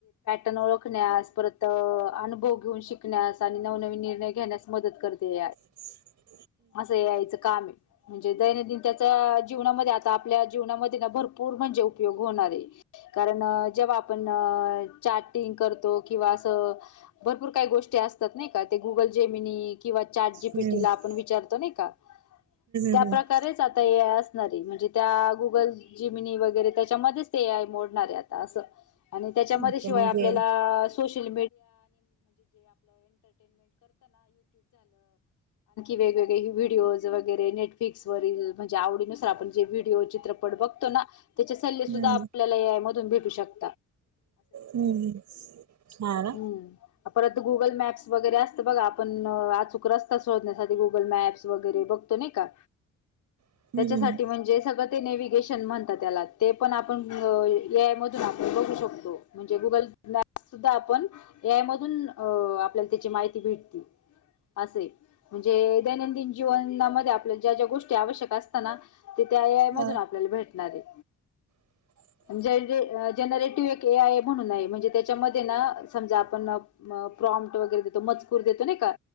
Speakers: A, on the left; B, on the right.
A: ण ओळखण्यास परत अनुभव घेऊन शिकण्यास आणि नवनवीन निर्णय घेण्यास मदत करते
B: ह
A: असं यायच काम आहे म्हणजे दैनंदिन त्याच्या जीवनामध्ये आता आपल्या जीवनामध्ये ना भरूर म्हणे उपयो कारण जेव्हा आपणतो किं भपूर का गो अस नाही का गुल जेनी किंवा चारजी
B: हम्म
A: पीटीला आपण विचारतो नाही का त्या
B: हम्म हम्म हम्म हम्म
A: प्र्रकारेच आता म्हणजे त्या गुगल जिमनी वगैरे त्याच्यामध्येच ते ए आय मोडणार आहे आता असं आणि त्याच्यामध्ये
B: ओके
A: शिवाय
B: म्हणजे
A: आपल्याला सोश ण वेगळे व्हिडिओज वगैरे नेटफ्लिक्सरील म्हणजे आवडी नुसार आपणे व्हिडिओ चित्रपट बघ त्याचे सल्ले सुद्धा
B: हम्म
A: आपल्याला ए आय मधून भेटू शकत.
B: हम्म हा ना
A: म्म परत गुगल मॅप्स वगैरे अस. बघा आपण अचूक रस्ता शोधण्यासाठी गुगल मॅप्स वगैरे बघतो नाही का.
B: हम्म
A: त्याच्यासाठी
B: हम्म
A: म्हणजे सगळं ते ने. म्हणत त्याला ते पण आपण ए आय मधून आपण बघू शकतो म्हणजे गुगल. सुद्धा आपण ए आय मधून आपल्याला त्याची माहिती भेटती. असे म्हणजे दैनंदिन जीवनामध्ये आपल्या ज्या ज्या गोष्टी आवश्यक असताना. तिथ आय आय मधून
B: हा
A: आपल्याला भेटणार आहे.
B: <unintelligible>
A: जरे जनरेटिव्ह एक एय म्हणून आहे म्हणजे त्याच्यामध्ये ना समजा आपण. प्रॉमट वगैरे देतो मजकूर देतो नाही का.